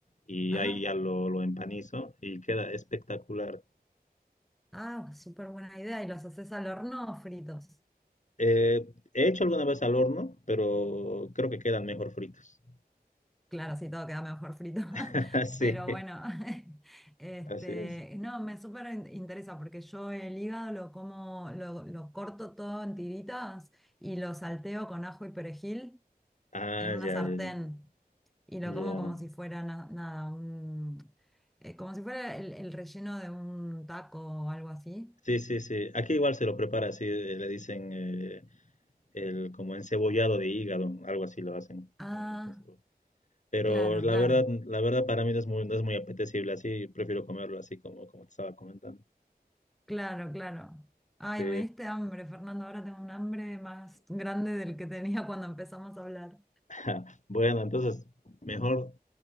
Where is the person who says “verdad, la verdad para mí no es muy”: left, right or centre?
Left